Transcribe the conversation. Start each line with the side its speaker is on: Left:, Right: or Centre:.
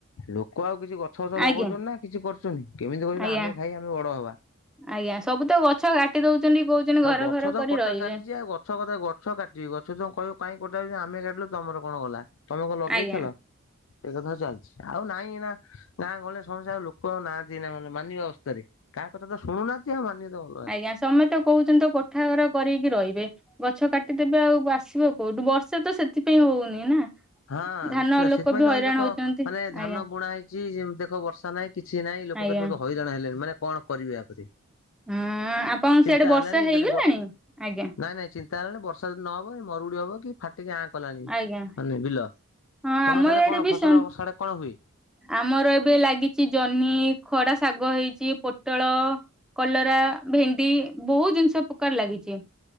Left: ଲୋକ ଆଉ କିଛି ଗଛ ଫଛ ଲଗାଉଛନ୍ତି
Centre: ଆଜ୍ଞା।
Left: ନା କିଛି କର କେମିତି କିବ
Centre: ଆଜ୍ଞା
Left: ଆମେ ଖାଇ ଆମେ ବଡ ହବା।
Centre: ଆଜ୍ଞା ସବୁ ତ ଗଛ କାଟି ଦଉଛନ୍ତି କହୁଛନ୍ତି ଘର
Left: ଆଉ ଗଛ
Centre: ଘର
Left: ତ
Centre: କରି
Left: କଟା
Centre: ରହିବେ।
Left: ଚାଲିଛି ଆଉ ଗଛ କଥା ଗ ଗଛ କାଟିବି ଗଛ ତମ କହିବ କାଇଁ କଟା ଆମେ କାଟିଲୁ ତମର କଣ ଗଲା ତମେ କ ଲଗେଇଥିଲ।
Centre: ଆଜ୍ଞା
Left: ଏ କଥା ଚାଲିଛି ଆଉ ନାଇଁ ଏନା ଗାଁ ଗହଲିଲେ ସମସ୍ତେ ଆଉ ଲୋକ ଆଉ ନାହାନ୍ତି ନା ମାନେ ମାନିବା ଅବସ୍ଥାରେ। କାହା କଥା ତ ଶୁଣୁନା <unintelligible>
Centre: ଆଜ୍ଞା ସମେତ କହୁଛନ୍ତି କୋଠା ଘର କରକି ରହିବେ। ଗଛ କାଟିଦେବେ ଆଉ ଆସିବ କୋଉଠୁ ବର୍ଷେ ତ ସେଥିପାଇଁ ହଉନି ନା।
Left: ହଁ
Centre: ଧାନ
Left: ନିଶ୍ଚିନ୍ତ
Centre: ଲୋକ
Left: ସେଥିପାଇଁ
Centre: ବି
Left: ତ ଭାଇ
Centre: ହଇରାଣ
Left: ଦେଖ
Centre: ହଉଛନ୍ତି
Left: ମାନେ ଧାନ
Centre: ଆଜ୍ଞା
Left: ବୁଣା ହେଇଛି ଦେଖ ବର୍ଷା ନାହିଁ। କିଛି ନାଇଁ ଲୋକ
Centre: ଆଜ୍ଞା।
Left: କେତେବେ ହଇରାଣ ହେଲେଣି ମାନେ କଣ କରିବେ ୟା ପ୍ରତି
Centre: ହଁ ଆପଣଙ୍କ
Left: ଚିନ୍ତା
Centre: ସିଆଡେ ବର୍ଷା
Left: ହେଲାଣି
Centre: ହେଇଗଲାଣି
Left: ଯଦି ବର୍ଷ
Centre: ଆଜ୍ଞା
Left: ନାଇଁ ନାଇଁ ଚିନ୍ ହେଲାଣି ବର୍ଷା ଜଦି ନହବ ମରୁଡି ହବ କି ଫାଟିକି ଆଁ କଲାଣି।
Centre: ଆଜ୍ଞା
Left: ମ ନାଇଁ ବିଲ
Centre: ହଁ
Left: ତମ
Centre: ଆମ
Left: ସାଡେ
Centre: ଇଆଡେ
Left: କଣ
Centre: ବି
Left: ଫସଲ
Centre: ସେମ
Left: ସଡେ କଣ ହୁଏ?
Centre: ଆମର ଏବେ ଲାଗିଛି ଜହ୍ନି ଖଡା ଶାଗ ହେଇଛି ପୋଟଳ। କଲରା ଭେଣ୍ଡି ବହୁତ ଜିନିଷ ପ୍ରକାର ଲାଗିଛି।